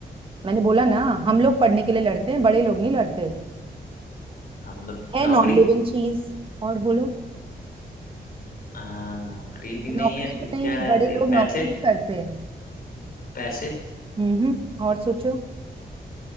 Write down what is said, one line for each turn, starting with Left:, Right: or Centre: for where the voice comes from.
Right: मैंने बोला ना हम
Left: हम्म,
Right: लोग पढ़ने के लिए लड़ते हैं बड़े लोग नहीं लड़ते
Left: हम लोग
Right: है
Left: नौकरी
Right: नॉन लिविंग चीज और बोलो
Left: आ, नौकरी भी नहीं
Right: नौकरी
Left: है
Right: भी
Left: फिर
Right: नहीं
Left: क्या है
Right: बड़े
Left: ऐसे
Right: लोग
Left: पैसे
Right: नौकरी नहीं करते
Left: पैसे
Right: हम्म और सोचो